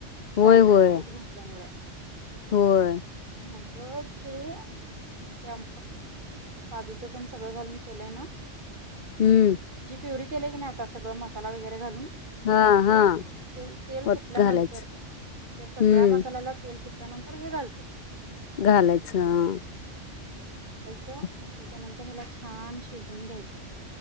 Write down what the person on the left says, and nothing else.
होय होय
होय.
हम्म
हा
हा
वत घालायचं
हम्म
घालायचं
अ